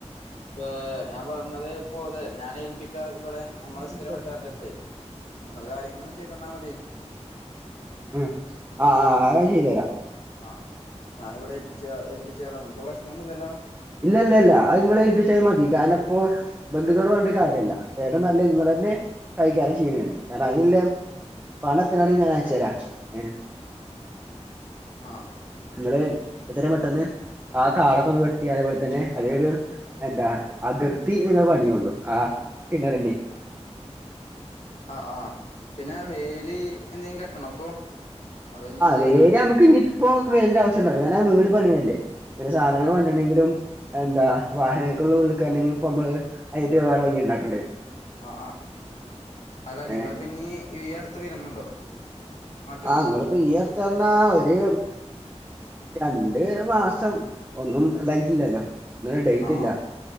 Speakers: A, on the left; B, on the right.
A: ഇപ്പ ഞാൻ പറഞ്ഞത് പോതെ ഞാനൻ ഏൽപ്പിക്കാ ഇവിടെ നമ്മ
B: ഇങ്ങള്
A: സ്ഥിരംട്ടടു
B: പറഞ്ഞോളൂ
A: നി അ ചെയ്തു തന്നാ മതി
B: ഉം ആഹ് ആ് അ ചെയ്തരാ
A: ആഹ് ഞാനിവിടെ ഏൽപ്പിച്ച ഏൽപ്പിച്ചാലോ നിങ്ങൾക്ക് പ്രശ്നമൊന്നുമില്ലല്ലോ
B: ഇല്ല ഇല്ല ഇല്ല അത്ങ്ങളെ ഏൽപ്പിച്ച മതി കാരണം അപ്പോൊ ബന്ധുക്കോട് വേണ്ട കാര്യമല്ല വേട നല്ല ഇങ്ങെ തന്നെ കഴിക്കാറ ക്ഷീണാണ് കാരണം അതിനല്ല പണം എത്തണാണെങ്കിൽ ഞാൻ അയച്ച തരാം ഏ
A: ആഹ്
B: ഇടെെ <unintelligible> മെട്ടന്ന് ആ കാടൊക്കെ ഒന്ന് വെട്ടി അതേപോലെ തന്നെ അതിരു എന്താ അതിർത്തി നിങ്ങൾ പണിയ കൊണ്ടു ആ കിണറിനെ
A: ആഹ് ആഹ് പിന്നെ വേലി എന്തെങ്കും ക അ അ <unintelligible>
B: വരെ നമുക്ക് ഇ ബു വേണ്ട ണ്ട ഞാൻ വീട് പണിയല്ലേ ഇ സാധകങ്ങം
A: ആഹ്
B: വഞ്ഞിട്ടണമെങ്കിലും
A: ആഹ്
B: എന്താ വാഹനൊക്ക ഉള്ളിക്കാരണെങ്കിലിൽ ഇ നമ്മള് അയറ്റ് വേറെ വയ്യുണ്ടാക്കും
A: ആ ആ അല്ല നിങ്ങ
B: ഏ
A: പിന്നീ ഈ അടുത്ത് വരുന്നുണ്ടോ നാട്ട്ക്ക്
B: ആ നിങ്ങിപ്പോ ഈ അടുത്ത് പറഞ്ഞാ ഒരു രണ്ട് മാസം ഒന്നും ഇതായിട്ടില്ലല്ലോ ഒന്ന ഡേറ്റ്
A: ആഹ്
B: ഇല്ല
A: ആഹ്